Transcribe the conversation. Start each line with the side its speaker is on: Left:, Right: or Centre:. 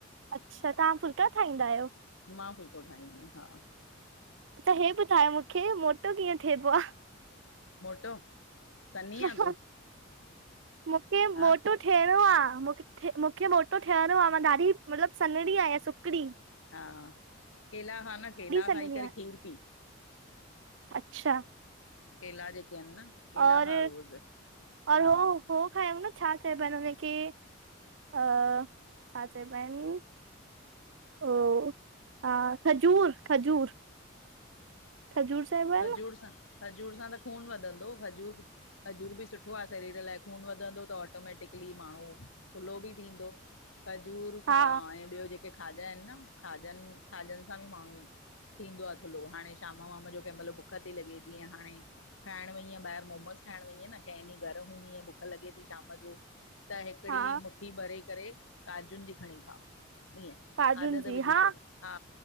Right: अच्छा, तव्हां फुल्का खाहींदा आहियो?
Left: मां फुल्को ठाहींदी आहियां हा।
Right: त हे ॿुधायो मूंखे मोटो कीअं थेबो आ?
Left: मोटो सन्ही
Right: हा-हा
Left: आहे तूं
Right: मूंखे मोटो
Left: हा
Right: थियणो आ, मूंखे मोटो थियणो आ, मां दाढी मतिलबु सन्हड़ी आहिया सुकिड़ी।
Left: हा केला खा न, केला
Right: सन्हड़ी
Left: खाई करे
Right: आहियां
Left: खीरु पी।
Right: अच्छा।
Left: केला जेके आहिनि न, केला
Right: और
Left: खा रोज,
Right: और
Left: हा।
Right: हो हो खायऊ न छा चयबो आ हुनखे़ की अ छा चयेबानि? ओ हा खजूर, खजूर, खजूर चइबो आहे
Left: खजूर
Right: न
Left: सां, खजूर सां त खून वधंदो। खजूर खजूर बि सुठो आ शरीरु लाइ, खून वधंदो त ऑटोमैटिकली माण्हू थुल्हो बि थींदो, खजूर खा
Right: हा
Left: ऐं ॿियो जेक जेके खाॼा आहिनि न, खाॼनि, खाॼनि सां बि माण्हू थींदो आ थुल्लो हाणे शाम-वाम जो कंहिं महिल भूख थी लॻे जीअं हाणे खाइण वईअ ॿाहिर मोमोस खाइण वईय न, कंहिं ॾींहुं घर हूंदी आ भूख लॻे थी शाम जो त हिकिड़ी
Right: हा
Left: मुठी भरे करे काजूनि जी खणी खा। ईअं
Right: काजुनि
Left: आदत
Right: जी
Left: विझी
Right: हा
Left: छॾ, हा